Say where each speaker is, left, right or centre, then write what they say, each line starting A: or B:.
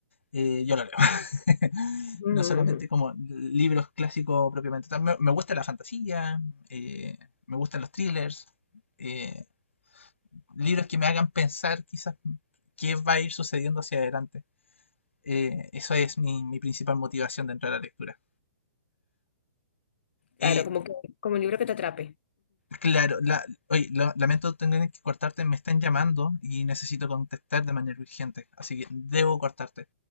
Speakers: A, on the left; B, on the left.
A: eh, yo lo leo. <laughs>
B: Ujú,
A: no
B: ujú,
A: solamente
B: ujú.
A: como libros clásicos propiamente tal. Me, me gusta la fantasía, eh, me gustan los thrillers, eh, libros que me hagan pensar quizás qué va a ir sucediendo hacia adelante. Eh, eso es mi, mi principal motivación dentro de la lectura. Eh,
B: Claro, como que Como un libro que te atrape.
A: claro, la, oye, lo- lamento tener que cortarte, me están llamando y necesito contestar de manera urgente, así que debo cortarte.